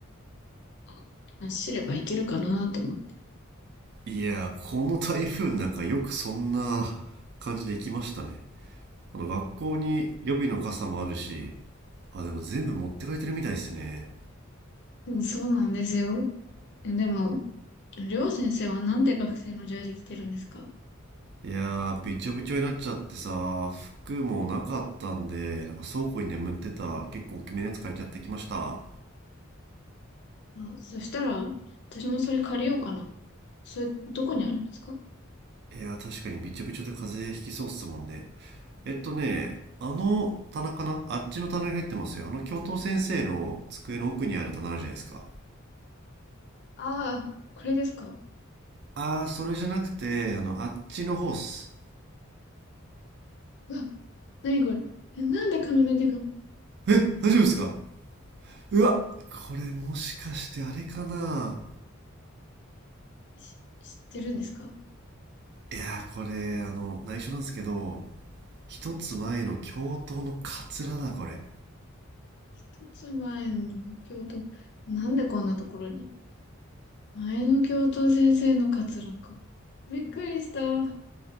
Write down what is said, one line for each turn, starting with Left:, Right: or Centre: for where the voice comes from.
Left: あ、走ればいけるかなと思って。
Right: いや、この台風の中よくそんな感じで行きましたね。あの、学校に予備の傘もあるし、あ、でも全部持ってかれてるみたいですね。
Left: うん、そうなんですよ。えでも、りょう先生はなんで学生のジャージ着てるんですか
Right: いやー、びちょびちょになっちゃってさ、服もなかったんで、なんか倉庫に眠ってた結構大きめのやつ借りちゃってきました。
Left: あ、そしたら、私もそれ借りようかな。それ、どこにあるんですか
Right: いやー、確かにびちょびちょで風邪ひきそうっすもんね。えっとね、あの棚かなあっちの棚に入ってますよ。あの教頭先生の机の奥にある棚あるじゃないですか。
Left: ああー、これですか
Right: あー、それじゃなくて、あの、あっちのホース。
Left: うわ、なにこれえ、なんで髪の毛が、
Right: え、大丈夫ですかうわ、これもしかしてあれかな
Left: し知ってるんですか
Right: いやー、これ、あの、内緒なんですけど、一つ前の教頭のカツラだこれ
Left: 一つ前の教頭、なんでこんなところに前の教頭先生のカツラか。びっくりした。